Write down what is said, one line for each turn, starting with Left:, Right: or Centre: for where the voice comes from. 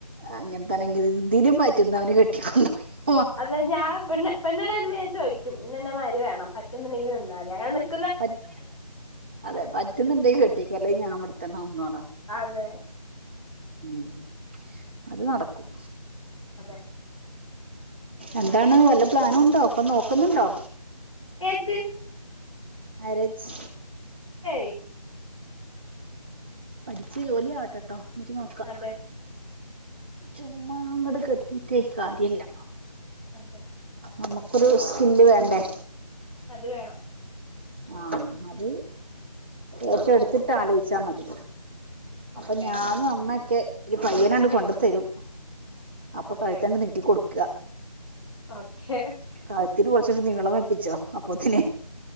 Right: അങ്ങൻ തന്നെങ്കിൽ ഇതിന്ന് പറ്റുന്നവന് കെട്ടി കൊണ്ട് പൊ
Left: അതെ ഞാൻ പെണ്ണ് പെണ്ണാനാണ് വര്മ്പം ഞാൻ ചോയ്ക്യും ന്നെ ന്നെ മായ്രി വേണം പറ്റുന്നുണ്ടെങ്കി നിന്നാതി അങ്ങനെ നിക്
Right: പറ്റ് അതെ പറ്റ്ന്ന്ണ്ടെങ്കി കെട്ടീക്കൊ അല്ലെ ഞാൻ ഇവിടെ തന്നെ നിന്നോ
Left: അതെ
Right: മ് അത് നടക്കും.
Left: അതെ
Right: എന്താണ് വല്ല പ്ലാനുണ്ടോ പ്പൊ നോക്കുന്നുണ്ടോ?
Left: ഏത്ത്
Right: മേരേജ്
Left: ഏയ്
Right: പഠിച്ച് ജോലിയാവട്ടെട്ടോ ന്നിട്ട് ന്നോക്ക.
Left: അതെ
Right: ചുമ്മാ അങ്ങട് കെട്ടീട്ടെ കാര്യാല്ല ആ.
Left: <unintelligible>
Right: നമ്മുക്കൊരു സ്കില്ല് വേണ്ടേ?
Left: അത് വേണം.
Right: ആ അത് ഏറ്റെടുത്തിട്ടാലോയ്ച്ചാ മതി.
Left: ഓക്കെ
Right: അപ്പൊ ഞാനും അമ്മെക്കെ ഒരു പയ്യനണ് കൊണ്ടത്തരും. അപ്പൊ
Left: ഓക്കെ
Right: കഴുത്തണ്ട് നീട്ടി കൊട്ക്ക.
Left: ഓക്കെ
Right: കഴ്ത്തിന് കൊർച്ചുടി നീളം വെപ്പിച്ചോ അപ്പോത്തിന്.